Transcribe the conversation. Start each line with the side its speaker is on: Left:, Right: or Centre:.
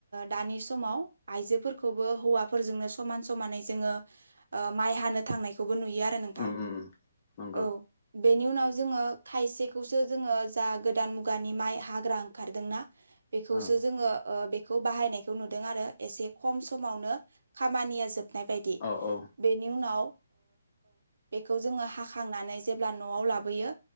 Right: दानि समाव आइजोफोरखौबो हौवाफोरजोंनो समान समानै जोङो माइ हानो थांनायखौबो नुयो आरो नोंथां।
Left: ओम ओम नंगौ
Right: औ बेनि उनाव जोङो खायसेखौसो जोङो जा गोदान मुगानि माइ हा ग्रा ओंखारदोंना? बेखौसो
Left: औ
Right: जोङो बेखौ बाहायनायखौ नुदों आरो एसे खम समावनो खामा निया जोबनाय बायदि।
Left: औ औ
Right: बेनि उनाव बेखौ जोङो हाखांनानै जेब्ला न'आव लाबोयो